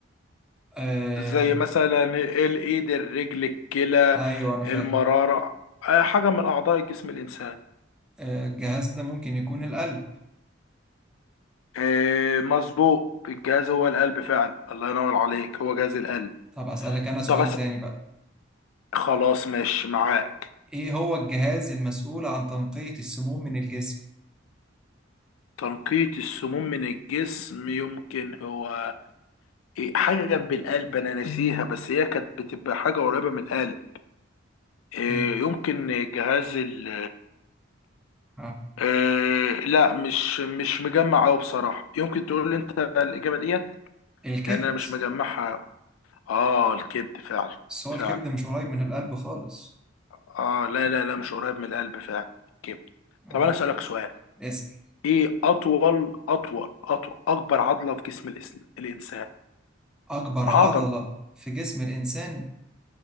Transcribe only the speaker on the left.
زي مثلا الايد الرجل الكلى
المراره آه، حاجه من اعضاء جسم الانسان
إيه مظبوط الجهاز هو القلب فعلا الله ينور عليك هو جهاز القلب
طب بس
خلاص ماشي معاك
تنقية السموم من الجسم يمكن هو إيه حاجة جنب القلب أنا ناسيها بس هي كانت بتبقى حاجة قريبة من القلب إيه
يمكن جهاز ال
إيه لا مش مش مجمع أوي بصراحة يمكن تقول لي أنت الإجابة ديت
لأن أنا مش مجمعها آه الكبد فعلا
فعلا
اه لا لا لا مش قريب من القلب فعلا الكبد
طب انا اسالك سؤال
ايه اطول اطول اطول اكبر عضله في جسم الإس- الانسان
عضل